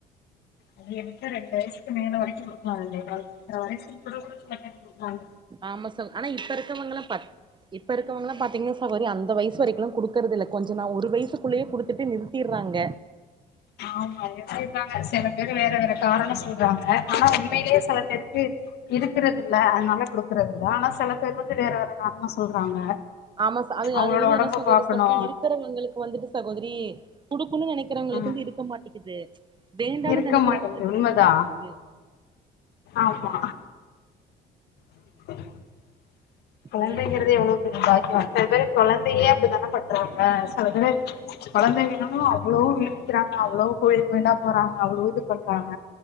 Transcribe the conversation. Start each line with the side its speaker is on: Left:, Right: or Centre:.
Left: அதிகபச்ச ரெண்டு வயசுக்கு மேல வரைக்கு பகுடுக்கலா ரெண்டே கால் ரென்ற வயசுல கூட குடுக்றவங்க குடுக்குறாங்க
Right: ஆமா சகோ ஆனா இப்ப இருக்கவங்க எல்லா பா இப்ப இருக்கவங்கலா பாத்தீங்கனனா சகோதரி அந்த வயசு வரைக்கு குடுக்குதில்ல கொஞ்ச நா ஒரு வயசுக்குல்லயே குடுத்துட்டு நிறுத்திறாங்க
Left: ஆமா இப்டின்றாங்க சில பேரு வேற வேற காரண சொல்றாங்க ஆனா உண்மையிலே செல பேருக்கு இருக்கறதுல்ல அதனால குடுக்குறதுல்ல ஆனா செல பேரு வந்து வேற வேற காரணொ சொல்றாங்க
Right: ஆமா அது
Left: அவங்களோட
Right: அது வந்து
Left: ஒடம்ப
Right: என்ன சகோதரி
Left: பாக்கணு
Right: சொல்ற இருக்றவங்களுக்கு வந்துட்டு சகோதரி குடுக்குனு நெனைக்க கிறவங்ளுக்கு
Left: ம்
Right: வந்து இருக்க மாட்டேக்குது வேண்டானு
Left: இருக்க
Right: நெனைக்கிறவங்ளுக்கு
Left: மாட்டேங்குது உண்மதா
Right: வந்து இருக்குது
Left: ஆமா <inaudible> கொழந்தைங்றது
Right: வேலையெல்லா
Left: எவ்வளவு பெரிய பாக்கியோ செல பேரு கொழந்தயே அப்டித்தான பன்றாங்க செல பேரு கொழந்த வேனூனு அவ்ளோ வேண்டிக்கிறாங்க அவ்ளோ கோயிலு கோயிலா போறாங்க அவ்ளோ இது பண்றாங்க